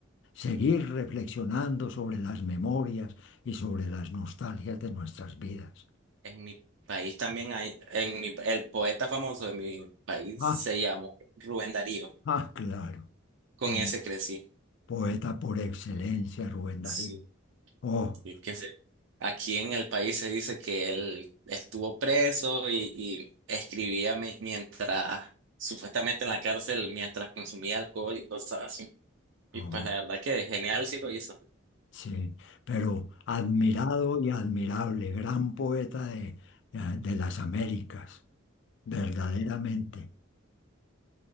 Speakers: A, on the left; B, on the right.
A: seguir reflexionando sobre las memorias y sobre las nostalgias de nuestras vidas.
B: En mi país también hay, en mi, el poeta famoso de mi país
A: Ah,
B: se llamó Rubén Darío.
A: ah, claro,
B: Con
A: po-
B: ese crecí.
A: poeta por excelencia, Rubén Darío.
B: sí
A: Oh,
B: Y que se, aquí en el país se dice que él estuvo preso y, y escribía mi- mientras, supuestamente en la cárcel, mientras consumía alcohol y cosas así. Y
A: oh,
B: pues la verdad que genial sí lo hizo.
A: sí, pero admirado y admirable, gran poeta de, de las Américas, verdaderamente.
B: Mm.